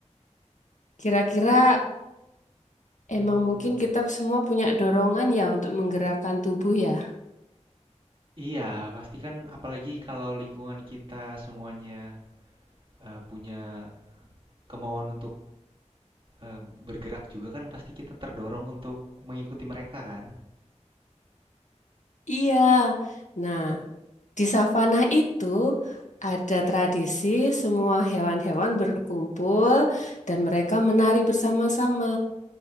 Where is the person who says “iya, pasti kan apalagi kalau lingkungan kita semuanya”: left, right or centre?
Right